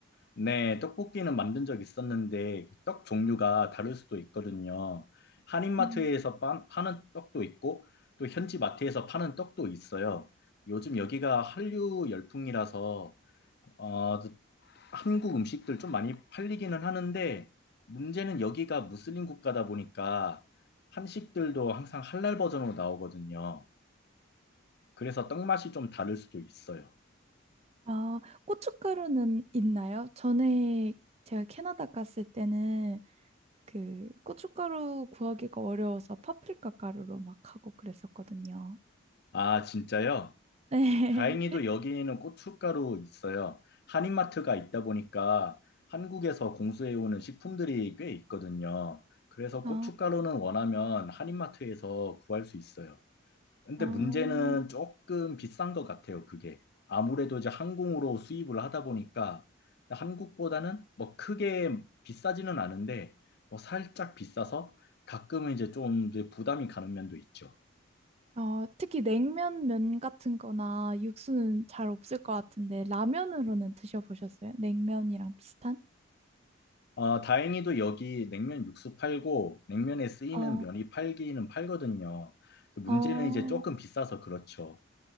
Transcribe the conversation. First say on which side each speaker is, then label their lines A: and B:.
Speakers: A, on the left (about 50°); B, on the right (about 30°).
A: 네, 떡볶이는 만든 적 있었는데 떡 종류가 다를 수도 있거든요. 한인마트에서
B: 음,
A: 파, 파는 떡도 있고 또 현지 마트에서 파는 떡도 있어요. 요즘 여기가 한류 열풍이라서 어, 한국 음식들 좀 많이 팔리기는 하는데 문제는 여기가 무슬림 국가다 보니까 한식들도 항상 할랄 버전으로 나오거든요. 그래서 떡 맛이 좀 다를 수도 있어요.
B: 아, 고춧가루는 있나요? 전에 제가 캐나다 갔을 때는 그 고춧가루 구하기가 어려워서 파프리카 가루로 막 하고 그랬었거든요.
A: 아, 진짜요?
B: <laughs> 네.
A: 다행히도 여기는 고춧가루 있어요. 한인마트가 있다 보니까 한국에서 공수해오는 식품들이 꽤 있거든요. 그래서
B: 아,
A: 고춧가루는 원하면 한인마트에서 구할 수 있어요. 근데
B: 어,
A: 문제는 조금 비싼 것 같아요, 그게. 아무래도 이제 항공으로 수입을 하다 보니까 한국보다는 뭐 크게 비싸지는 않은데 뭐 살짝 비싸서 가끔은 이제 좀 이제 부담이 가는 면도 있죠.
B: 어, 특히 냉면 면 같은 거나 육수는 잘 없을 것 같은데, 라면으로는 드셔보셨어요? 냉면이랑 비슷한?
A: 아, 다행히도 여기 냉면 육수 팔고 냉면에 쓰이는
B: 어.
A: 면이 팔기는 팔거든요. 문제는
B: 어,
A: 이제 조금 비싸서 그렇죠.